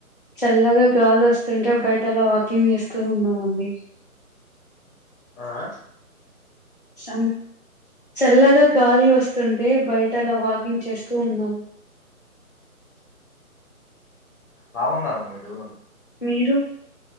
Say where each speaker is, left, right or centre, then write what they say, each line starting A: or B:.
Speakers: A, on the left; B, on the left.
A: చల్లగా గాలోస్తుంటే బయట అలా వాకింగ్ చేస్తూ ఉన్నామండి.
B: ఆ
A: చం చల్లగా గాలి వస్తుంటే బయటలా వాకింగ్ చేస్తూ ఉన్నాము.
B: లావున్నారా మీరు
A: మీరు